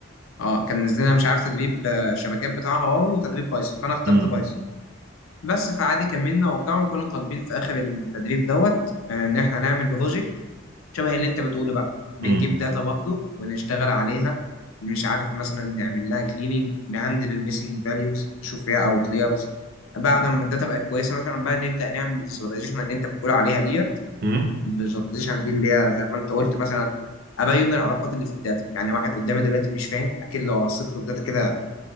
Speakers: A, on the left; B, on the right.
A: آه، كان نزل لنا مش عارف تدريب آه، شبكات بتاع هواوي وتدريب بايثون فانا اخترت
B: امم
A: بايثون بس فعادي كملنا وبتاع وكانوا طالبين في اخر التدريب دوت آه، ان احنا نعمل بروجكت شبه اللي انت بتقوله بقى بنجيب
B: امم
A: داتا برضه ونشتغل عليها مش عارف مثلا نعمل لها كليننج نهندل الميسنج فاليوز نشوف فيها اوتلايرز بعد ما الداتا بقت كويسه مثلا بقى نبدا نعمل الفيزواليزيشن اللي انت بتقول عليها ديت
B: امم
A: الفيزواليزيشن دي اللي هي زي ما انت قلت مثلا ابين العلاقات اللي في الداتا يعني واحد قدامي دلوقتي مش فاهم اكيد لو رصيت له الداتا كده